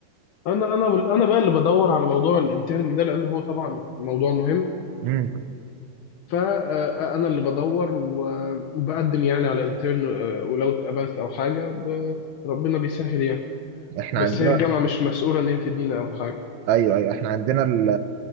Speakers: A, on the left; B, on the right.
A: انا انا انا بقى اللي بدور على موضوع الانترن ده لان هو طبعا موضوع مهم
B: امم
A: فأنا اللي بدور و- وبقدم يعني على انترن ولو اتقبلت أو حاجة ب- ربنا بيسهل يعني
B: احنا
A: بس
B: عندنا
A: هي الجامعة مش مسؤولة إن هي تدينا أو حاجة
B: ايوه ايوه احنا عندنا ال...